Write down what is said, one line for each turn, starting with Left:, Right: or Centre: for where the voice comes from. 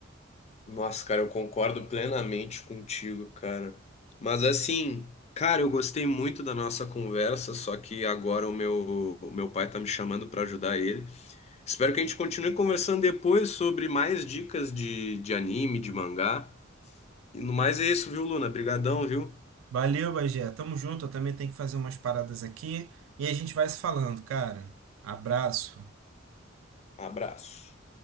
Left: Nossa, cara, eu concordo plenamente contigo, cara. Mas assim, cara, eu gostei muito da nossa conversa, só que agora o meu, o meu pai tá me chamando pra ajudar ele. Espero que a gente continue conversando depois sobre mais dicas de, de anime, de mangá. E no mais é isso, viu, Luna? Brigadão, viu?
Right: Valeu, Bagé, tamo junto, eu também tenho que fazer umas paradas aqui e a gente vai se falando, cara. Abraço.
Left: Abraço.